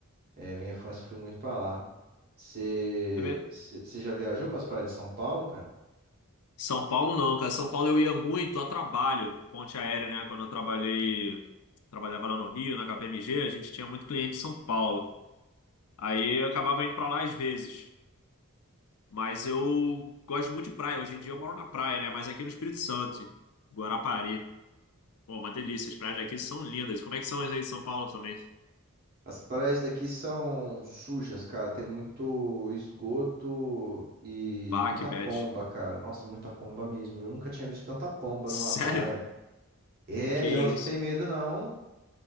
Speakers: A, on the right; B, on the left.
A: é, minha infância eu fui muito pra lá. Você
B: É mesmo?
A: você- você já viajou para as praias de São Paulo, cara?
B: São Paulo não, cara. São Paulo eu ia muito a trabalho, ponte aérea, né? Quando eu trabalhei, trabalhava lá no Rio, na KPMG, a gente tinha muito cliente em São Paulo. Aí eu acabava indo pra lá às vezes. Mas eu gosto muito de praia. Hoje em dia eu moro na praia, né? Mas aqui no Espírito Santo, Guarapari. Pô, uma delícia. As praias daqui são lindas. Como é que são as aí em São Paulo também?
A: As praias daqui são sujas, cara. Tem muito esgoto e
B: Bah,
A: muita
B: que bad.
A: pomba, cara. Nossa, muita pomba mesmo. Eu nunca tinha visto tanta pomba
B: <laughs> Sério?
A: numa praia. É,
B: Que
A: e elas
B: isso?
A: não têm medo, não.